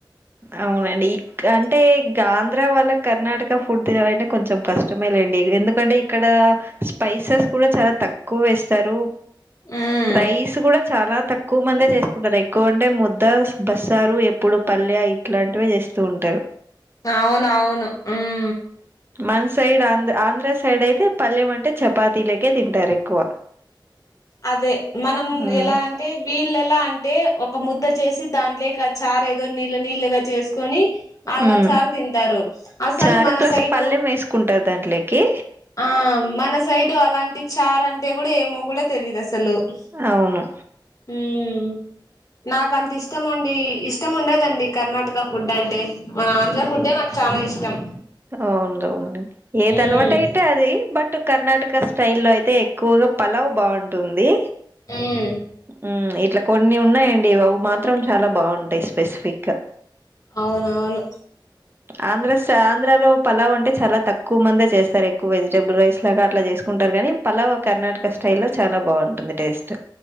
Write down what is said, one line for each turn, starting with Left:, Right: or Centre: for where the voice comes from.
Right: అవునండి ఇక అంటే ఇక ఆంధ్ర వాళ్ళ కర్ణాటక ఫుడ్ తినాలంటే కొంచెం కష్టమే రండి ఎందుకంటే ఇక్కడ స్పైసెస్ కూడా చాలా తక్కువ వేస్తారు
Left: ఉమ్
Right: రైస్ కూడా చానా తక్కువ ఎక్కువ మందే చేసుకుంటారు ఎక్కువ అంటే ముద్ద బస్సారు ఎప్పుడు పల్లె ఇట్లాంటివే చేస్తూ ఉంటారు
Left: అవును అవును ఉమ్
Right: మన సైడ్ ఆంధ్ర ఆంధ్ర సైడ్ అయితే పల్లెం అంటే చపాతీలేకే తింటారు ఎక్కువ
Left: అదే మనం
Right: ఉమ్
Left: ఎలా అంటే వీళ్ళు ఎలా అంటే ఒక్ ఒక ముద్ద చేసి దాంట్లేకి ఆ చారు ఏదో నీళ్ళు నీళ్ళగా చేసుకొని అలా
Right: ఉమ్
Left: చారు తింటారు అసలు
Right: చారు
Left: మన
Right: ప్లస్
Left: సైడు
Right: పల్లెం వేసుకుంటారు దాంట్లోకి
Left: ఆ మన సైడ్ అలాంటి చార్ అంటే కూడా ఏమో కూడా తెలీయదు అసలు సలు
Right: అవును
Left: ఉమ్ ఉమ్ నాకు అంత ఇష్టమండి ఇష్టం ఉండదండి కర్ణాటక ఫుడ్ అంటే మన ఆంధ్ర ఫుట్ ఏ నాకు చానా ఇష్టం
Right: అవుందవుంది ఏది
Left: ఉమ్
Right: అలవాటు అయితే అది బట్ కర్ణాటక్ క్క స్టైల్ లో అయితే ఎక్కువగా పలావ్ బాగుంటుంది
Left: ఉమ్
Right: ఉమ్ ఇట్లా కొన్ని ఉన్నాయండి అవి మాత్రం చాలా బాగుంటాయి స్పెసిఫిక్ గా
Left: అవునవును
Right: ఆంధ్ర స ఆంధ్రలో పలావ్ అంటే చాలా తక్కువ మందే చేస్తారు ఎక్కువ వెజిటబుల్ రైస్ లాగా అట్లా చేసుకుంటారు కానీ కానీ పలావ కర్ణాటక స్టయిల్లో చాలా బాగుంటుంది టేస్ట్